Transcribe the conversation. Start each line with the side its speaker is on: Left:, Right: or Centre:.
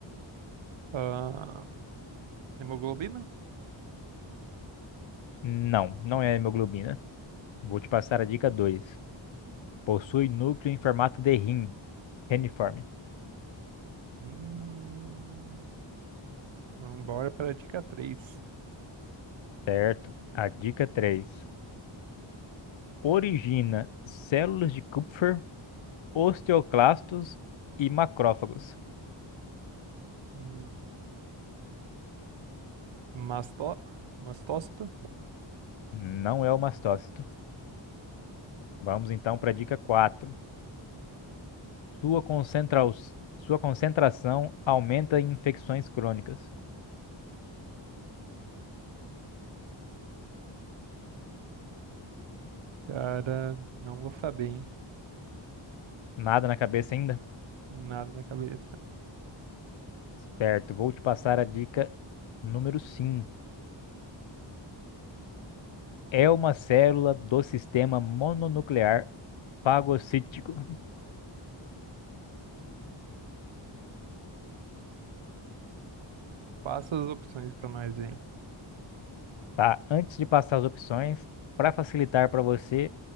Right: Ah, hemoglobina?
Left: Não, não é hemoglobina. Vou te passar a dica 2. Possui núcleo em formato de rim, reniforme.
Right: Hum, vamos bora para a dica 3.
Left: Certo. A dica 3. Origina células de Kupffer, osteoclastos e macrófagos.
Right: Hum, masto- mastócito?
Left: Não é o mastócito. Vamos então para a dica 4. Sua concentra- sua concentração aumenta em infecções crônicas.
Right: Cara, não vou saber, hein?
Left: Nada na cabeça ainda?
Right: Nada na cabeça.
Left: Certo, vou te passar a dica número cinco É uma célula do sistema mononuclear fagocítico.
Right: Passa as opções para nós hein.
Left: Tá? Antes de passar as opções, para facilitar para você,